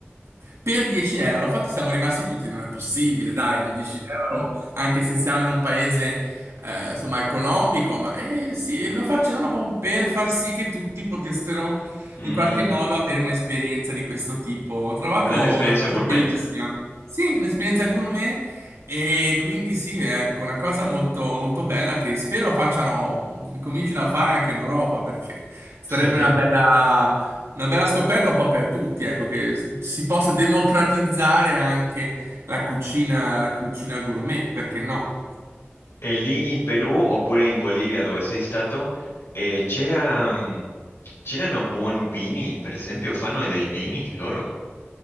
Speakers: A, on the right; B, on the left.
A: per 10 euro, infatti siamo rimasti tutti, non è possibile, dai, non 10 euro, anche se siamo in un paese, eh, insomma, economico, ma eh, sì, lo facevano proprio per far sì che tutti potessero
B: Mm,
A: in qualche modo avere un'esperienza di questo tipo. Ho trovato
B: una esperienza
A: una cosa
B: gourmet.
A: bellissima. Sì, un'esperienza
B: Mm.
A: gourmet e quindi sì, ecco, una cosa molto, molto bella che spero facciano, comincino a fare anche in Europa perché sarebbe
B: <laughs>
A: una bella una bella scoperta un po' per tutti, ecco, che si possa democratizzare anche la cucina, la cucina gourmet, perché no?
B: E lì in Perù oppure in Bolivia dove sei stato, eh, c'era, mm, c'erano buoni vini, per esempio, fanno dei vini loro.